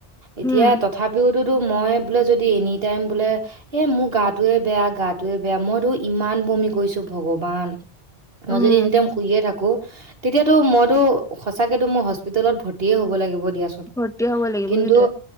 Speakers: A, on the right (about 65°); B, in the centre.
A: এতিয়া
B: উম
A: তথাপিওতোতো মই বোলে যদি এনি টাইম বোলে এ মোৰ গটোৱে বেয়া, গটোৱে বেয়া মইতো ইমান বমি কৰিছো ভগৱান। মই
B: উম
A: যদি এনি টাইম শুইয়ে থাকো, তেতিয়াতো মইতো সঁচাকেতো মোৰ হস্পিতলত ভৰ্তিয়ে হ'বই লাগিব। দিয়া চোন
B: ভৰ্তি হব লাগিব
A: কিন্তু
B: সেইটোৱে